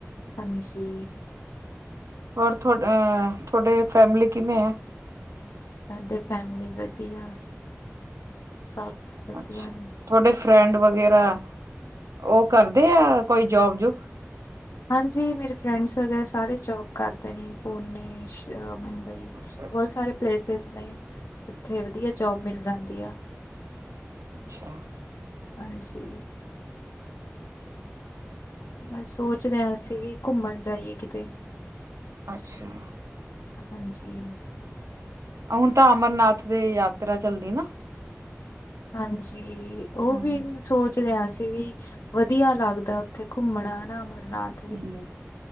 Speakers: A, on the left (about 85°); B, on the right (about 80°).
A: ਹੰਜੀ
B: ਹੋਰ ਤੁ ਅ ਤੁਹਾਡੇ ਫੈਮਿਲੀ ਕਿਵੇਂ ਹੈ?
A: ਮੈਂ ਤੇ ਫੈਮਲੀ ਵਧੀਆ, ਸਭ ਵਧੀਆ
B: ਅੱਛਾ,
A: ਨੇ
B: ਤੁਹਾਡੇ ਫਰੈਂਡ ਵਗੈਰਾ ਉਹ ਕਰਦੇ ਆ ਕੋਈ ਜੋਬ ਜੂਬ?
A: ਹਾਂਜੀ ਮੇਰੇ ਫਰੈਂਡਸ ਵਗੈਰਾ ਸਾਰੇ ਜੋਬ ਕਰਦੇ ਨੇ ਪੂਨੇ ਬਾਈ
B: ਅੱਛਾ
A: ਬਹੁਤ ਸਾਰੇ ਪਲੇਸਿਸ ਨੇ ਜਿੱਥੇ ਵਧੀਆ ਜੋਬ ਮਿਲ ਜਾਂਦੀ ਆ
B: ਅੱਛਾ
A: ਹੰਜੀ ਮੈਂ ਸੋਚ ਰੇਹਾ ਸੀਂ ਵੀ ਘੁੰਮਨ ਜਾਈਏ ਕਿਤੇ
B: ਅੱਛਾ
A: ਹੰਜੀ
B: ਆ ਹੁਨ ਤਾਂ ਅਮਰਨਾਥ ਦਹ ਯਾਤਰਾ ਚੱਲਦੀ ਨਾ?
A: ਹਾਂਜੀ, ਉਹ
B: ਹਮ
A: ਵੀ ਮੈਂ ਸੋਚ ਸੋਚ ਰਿਹਾ ਸੀ ਵੀ ਵਧੀਆ ਲੱਗਦੇ ਉੱਥੇ ਘੁੰਮਣਾ ਹੈਨਾ ਅਮਰਨਾਥ ਵੀ
B: ਹਮ